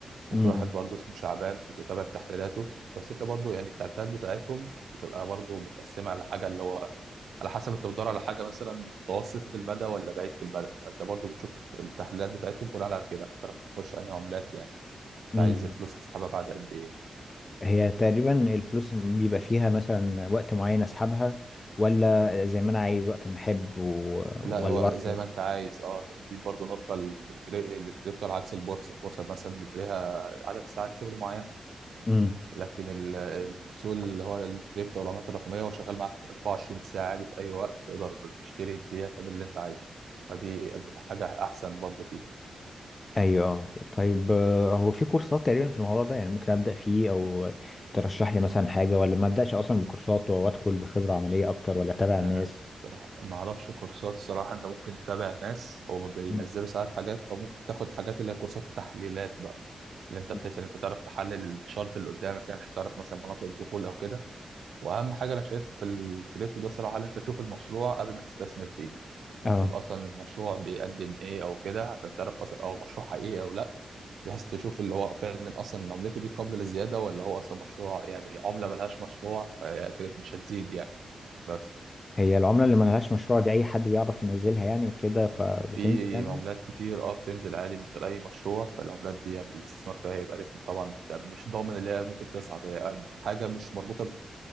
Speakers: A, on the right; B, on the left.
A: وفي
B: امم
A: واحد برضه اسمه شعبان كنت بتابع تحليلاته بس انت برضه يعني التحليلات بتاعتهم بتبقى برضه متقسمه على حاجه اللي هو على حسب انت بتدور على حاجه مثلا متوسطه المدى ولا بعيده المدى فانت برضه بتشوف التحليلات بتاعتهم بناء على كده عشان تعرف تخش انهي عملات يعني انت
B: امم
A: عايز الفلوس تسحبها بعد قد ايه
B: هي تقريبا الفلوس بيبقى فيها مثلا وقت معين اسحبها ولا زي ما انا عايز وقت ما احب و...
A: لا
B: ولا
A: هو
B: بعرف
A: زي ما انت عايز اه دي برضه نقطه للكري- للكريبتو على عكس البورصه البورصه مثلا بيبقى ليها عدد ساعات شغل معين
B: امم
A: لكن ال- السوق اللي هو الكريبتو والعملات الرقميه هو شغال معاك 24 ساعه عادي في اي وقت تقدر تشتري تبيع تعمل اللي انت عايزه فدي أد- حاجه احسن برضو فيه
B: ايوه آه. طيب آه، هو في كورسات تقريبا في الموضوع ده يعني ممكن ابدا فيه او ترشح لي مثلا حاجه ولا ما ابداش اصلا بكورسات وادخل بخبره عمليه اكتر ولا اتابع
A: أه
B: الناس
A: الصراحه ما اعرفش كورسات الصراحه انت ممكن تتابع ناس او بينزلوا
B: مم.
A: ساعات حاجات او ممكن تاخد حاجات اللي هي كورسات تحليلات بقى اللي انت
B: مم.
A: بحيث ان انت تعرف تحلل الشارت اللي قدامك يعني عشان تعرف مثلا مناطق الدخول او كده واهم حاجه انا شايف في الكريبتو ده صراحه ان انت تشوف المشروع قبل ما تستثمر فيه يعني
B: اه
A: شوف اصلا المشروع بيقدم ايه او كده عشان تعرف اصلا هو مشروع حقيقي او لا بحيث تشوف اللي هو فعلا اصلا عملته دي قابله للزياده ولا هو اصلا مشروع يعني عمله ملهاش مشروع فكده مش هتزيد يعني بس
B: هي العمله اللي ما لهاش مشروع دي اي حد بيعرف ينزلها يعني وكده فبتنزل
A: في
B: يعني
A: عملات كتير اه بتنزل عادي من غير اي مشروع فالعملات دي يعني الاستثمار فيها هيبقى رخم طبعا انت مش ضامن اللي هي ممكن تصعد هي حاجه مش مربوطه